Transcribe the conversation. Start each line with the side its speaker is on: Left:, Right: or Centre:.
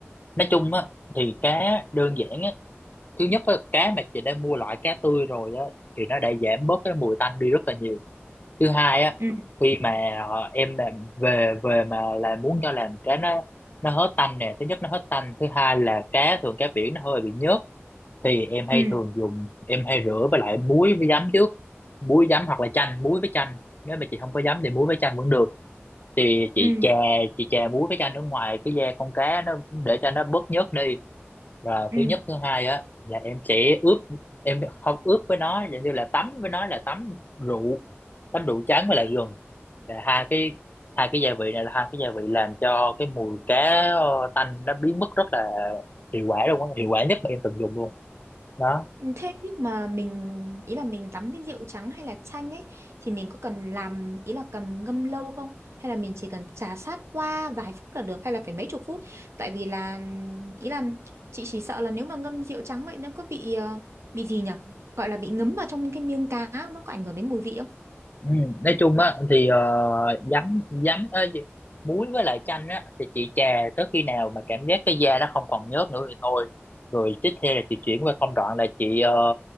Left: nói chung á thì cá đơn giản á thứ nhất á cá mà chị đã mua loại cá tươi rồi á thì nó đã giảm bớt cái mùi tanh đi rất là nhiều thứ hai á
Right: ừ
Left: khi mà ờ, em làm về về mà là muốn cho làm cá nó nó hết tanh nè thứ nhất nó hết tanh thứ hai là cá thường cá biển nó hơi bị nhớt thì em hay
Right: ừ
Left: thường dùng em hay rửa với lại muối với giấm trước muối giấm hoặc là chanh muối với chanh nếu mà chị không có giấm thì muối với chanh vẫn được thì chị
Right: ừ
Left: chà chị chà muối với chanh ở ngoài cái da con cá nó để cho nó bớt nhớt đi rồi
Right: ừ
Left: thứ nhất thứ hai á là em sẽ ướp em không ướp với nó giống như là tắm với nó là tắm rượu tắm rượu trắng với lại gừng là hai cái hai cái gia vị này là hai cái gia vị làm cho cái mùi cá ờ, tanh nó biến mất rất là hiệu quả luôn á hiệu quả nhất mà em từng dùng luôn đó
Right: Ừ, Thế nhưng mà mình ý là mình tắm với rượu trắng hay là chanh ấy thì mình có cần làm ý là cần ngâm lâu không hay là mình chỉ cần trà sát qua vài phút là được hay là phải mấy chục phút tại vì là ý là chị chỉ sợ là nếu mà ngâm rượu trắng vậy nó có bị ờ, bị gì nhỉ gọi là bị ngấm vào trong cái miếng cá không? nó có ảnh hưởng đến mùi vị không
Left: Ừ, nói chung á thì ờ, giấm giấm ơ, gì- muối với lại chanh á thì chị chà tới khi nào mà cảm giác cái da nó không còn nhớt nữa thì thôi rồi tiếp theo là chị chuyển qua công đoạn là chị ờ,